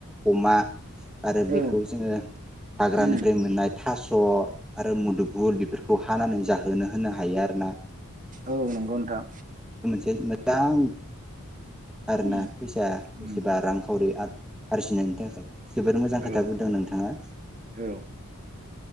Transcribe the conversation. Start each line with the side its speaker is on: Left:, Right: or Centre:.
Centre: अमा आरो
Right: औ
Centre: बेखौ जोङो हाग्रानिफ्राय
Right: उम
Centre: मोननाय थास' आरो मुदुबु बेफोरखौ हानानै जाहोनो होनो हायो आरो ना
Right: औ नंगौ नोंथां
Centre: दां आरोना
Right: उम
Centre: फैसाया
Right: उम
Centre: एसेबा रांखावरि आरो आरजिनायनि थाखाय जोबोर मोजां खोथा
Right: औ
Centre: बुंदों नोंथाङा
Right: औ